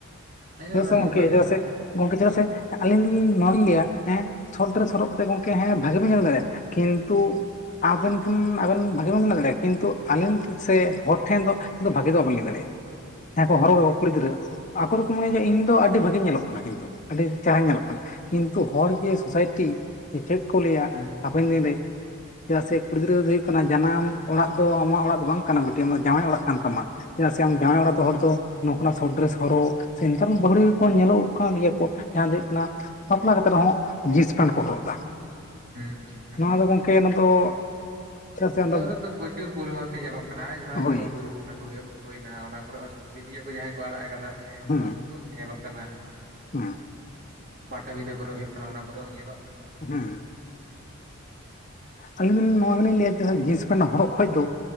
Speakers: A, on the right; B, on the left.
A: ᱟᱹᱞᱤᱧ
B: ᱪᱮᱫᱟᱜ
A: ᱫᱚ ᱵᱷᱟᱜᱮ
B: ᱥᱮ ᱜᱚᱢᱠᱮ
A: ᱫᱚ ᱵᱟᱹᱞᱤᱧ
B: ᱪᱮᱫᱟᱜ ᱥᱮ ᱜᱚᱢᱠᱮ ᱪᱮᱫᱟᱜ
A: ᱢᱚᱱᱮᱭᱟ
B: ᱥᱮ ᱟᱹᱞᱤᱧ ᱞᱤᱧ ᱱᱚᱣᱟ ᱞᱤᱧ ᱞᱟᱹᱭᱟ ᱦᱮᱸ ᱥᱚᱨᱚᱴ ᱰᱨᱮᱮᱥ ᱦᱚᱨᱚᱜ ᱠᱟᱛᱮᱫ ᱜᱚᱝᱠᱮ ᱦᱮᱸ ᱵᱷᱟᱜᱤ ᱵᱚᱱ ᱧᱮᱞ ᱫᱟᱲᱮᱭᱟᱜᱼᱟ ᱠᱤᱱᱛᱩ᱾ ᱟᱵᱮᱱ ᱴᱷᱮᱱ ᱟᱵᱮᱱ ᱵᱷᱟᱜᱤᱵᱮᱱ ᱢᱚᱱᱮ ᱫᱟᱲᱮᱭᱟᱜᱼᱟ ᱠᱤᱱᱛᱩ ᱟᱞᱤᱧ ᱥᱮ ᱦᱚᱲ ᱴᱷᱮᱱ ᱫᱚ ᱵᱷᱟᱜᱤ ᱫᱚ ᱵᱟᱵᱮᱱ ᱞᱟᱹᱭ ᱫᱟᱲᱮᱭᱟᱜᱼᱟ᱾ ᱦᱮᱸ ᱠᱚ ᱦᱚᱨᱚᱜ ᱫᱚ ᱠᱩᱲᱤ ᱜᱤᱫᱽᱨᱟᱹ ᱟᱠᱚ ᱫᱚᱠᱚ ᱢᱚᱱᱮᱭᱟ ᱡᱮ ᱤᱧ ᱫᱚ ᱟᱰᱤ ᱵᱷᱟᱜᱤᱧ ᱧᱮᱞᱚᱜ ᱠᱟᱱᱟ ᱠᱤᱱᱛᱩ ᱟᱰᱤ ᱪᱮᱦᱨᱟ ᱧᱮᱞᱚᱜ ᱠᱟᱱᱟ ᱠᱤᱱᱛᱩ ᱦᱚᱲ ᱡᱮ ᱥᱳᱥᱟᱭᱴᱤ ᱡᱮᱪᱮᱫ ᱠᱚ ᱞᱟᱹᱭᱟ
A: ᱦᱩᱸ
B: ᱦᱟᱯᱮᱱ ᱫᱤᱱᱨᱮ ᱪᱮᱫᱟᱜ ᱥᱮ ᱠᱩᱲᱤ ᱜᱤᱫᱽᱨᱟᱹ ᱫᱚ ᱦᱩᱭᱩᱜ ᱠᱟᱱᱟ ᱡᱟᱱᱟᱢ ᱚᱲᱟᱜ ᱫᱚ ᱟᱢᱟᱜ ᱚᱲᱟᱜ ᱫᱚ ᱵᱟᱝ ᱠᱟᱱᱟ ᱵᱤᱴᱤ ᱟᱢ ᱫᱚ ᱡᱟᱶᱟᱭ ᱚᱲᱟᱜ ᱠᱟᱱ ᱛᱟᱢᱟ᱾ ᱪᱮᱫᱟᱜ ᱥᱮ ᱟᱢ ᱡᱟᱶᱟᱭ ᱚᱲᱟᱜ ᱫᱚ ᱦᱚᱲ ᱫᱚ ᱱᱚᱝᱠᱟᱱᱟᱜ ᱥᱚᱴᱰᱨᱮᱥ ᱦᱚᱨᱚᱜ ᱥᱮ ᱱᱮᱛᱟᱨ ᱵᱟᱦᱩᱲᱤᱭᱟᱹ ᱠᱚ ᱧᱮᱞᱚᱜ ᱠᱟᱱ ᱜᱮᱭᱟ ᱠᱚ ᱡᱟᱦᱟᱸ ᱫᱚ ᱦᱩᱭᱩᱜ ᱠᱟᱱᱟ ᱵᱟᱯᱞᱟ ᱠᱟᱛᱮ ᱨᱮᱦᱚᱸ ᱡᱤᱱᱥ ᱯᱮᱱ ᱠᱚ ᱦᱚᱨᱚᱜ ᱮᱫᱟ᱾
A: ᱦᱩᱸᱧᱟᱦᱟ ᱮ
B: ᱟᱫᱚ ᱜᱚᱝᱠᱮ ᱚᱱᱟ ᱫᱚ ᱪᱮᱫᱟᱜ ᱥᱮ ᱟᱢᱫᱚ
A: ᱫᱚ ᱯᱨᱚᱪᱩᱨ ᱯᱚᱨᱤᱢᱟᱱ ᱛᱮ ᱧᱮᱞᱚᱜ ᱠᱟᱱᱟ ᱡᱟᱦᱟᱸᱭ
B: ᱦᱳᱭ
A: ᱫᱚ ᱵᱩᱨᱩ ᱵᱚᱸᱜᱟ᱾ ᱦᱩᱭᱩᱜ ᱛᱟᱠᱚᱮᱱᱟ ᱚᱱᱟ ᱠᱚᱨᱮ ᱦᱚᱸ ᱵᱷᱤᱰᱤᱭᱳ ᱠᱚ ᱡᱟᱦᱟᱸᱭ ᱠᱚ ᱟᱲᱟᱜ ᱟᱠᱟᱫᱟ
B: ᱦᱮᱸ
A: ᱩᱱᱠᱩ ᱠᱚ ᱧᱮᱞᱚᱜ ᱠᱟᱱᱟ᱾
B: ᱦᱮᱸ
A: ᱯᱟᱴᱟᱵᱤᱸᱫᱟᱹ ᱠᱚᱨᱮ ᱦᱩᱭᱩᱜ ᱠᱟᱱᱟ ᱚᱱᱟ ᱠᱚᱨᱮ ᱦᱚᱸ ᱧᱮᱞᱚᱜ ᱠᱟᱱᱟ᱾
B: ᱦᱩᱸ
A: ᱦ
B: ᱟᱞᱤᱧ ᱫᱚ ᱱᱚᱣᱟ ᱜᱮᱞᱤᱧ ᱞᱟᱹᱭᱟ ᱡᱮ ᱡᱤᱱᱥ ᱯᱮᱱ ᱦᱚᱨᱚᱜ ᱠᱷᱚᱡᱽ ᱫᱚ᱾